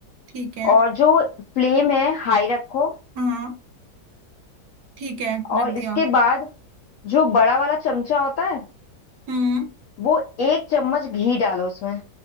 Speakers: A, on the right; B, on the left.
A: ठीक है
B: और जो फ्लेम है हाई रखो
A: हाँ ठीक है
B: और
A: रख
B: इसके
A: दिया
B: बाद जो बड़ा वाला चमचा होता है
A: हम्म
B: वो एक चम्मच घी डालो उसमें